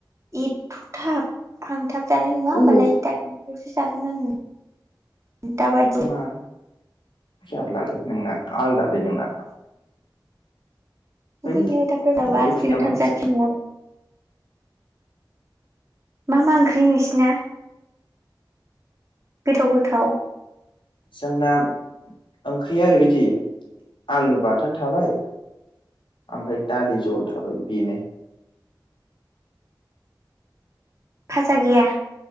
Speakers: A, on the right; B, on the left.
A: एथ' थाब आं थाब जानाय नङा होमबालाय
B: अ
A: टाइमावसो जागोन आङो दा बायदि
B: मा जारलालै नोंना आलदा लै नोंना है
A: उखै फिनो थाब थाब जाबा
B: औ फैफिन
A: जोंहा
B: नामा
A: थाब जाथाया न'आव मा मा ओंख्रि बि नोंसिना गोथाव गोथाव
B: जोंना ओंख्रिया ओरैबायदि आलु बाथोन थाबाय ओमफ्राय दालि जल थाबाय बेनो
A: फाजा गैया